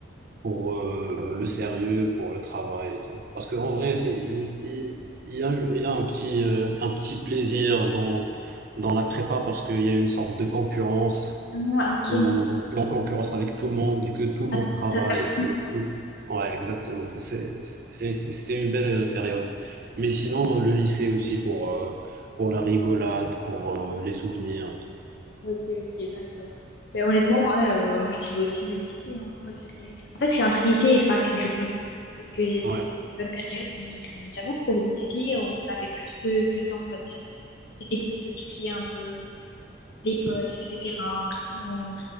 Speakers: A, on the right; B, on the left.
A: pour euh, le sérieux, pour le travail et tout. Parce qu'en vrai, c'est, il il- il y, a, eu- il y a un petit, euh, un petit plaisir dans, dans la prépa parce qu'il y a une sorte de concurrence.
B: Ah, ok.
A: où tu es en concurrence avec tout le monde et que tout le
B: Ça
A: monde
B: te
A: travaille
B: pousse à faire
A: et que tout... Ouais, exactement. c'est- c'est- C'était une belle euh, période. Mais sinon, euh, le lycée aussi pour, euh, pour la rigolade, pour euh, les souvenirs et tout.
B: Ok, ok, d'accord. Mais honnêtement, ouais, euh, moi je dirais aussi le lycée. hein. Moi, je dirais... En fait, je suis entre lycée et fac, du coup. Parce que j'ai ces
A: Ouais,
B: bonnes périodes, mais j'avoue qu'au lycée, on avait plus de, du temps, on va dire. C'était plus tout ce qui est un peu les potes, etc. On- on-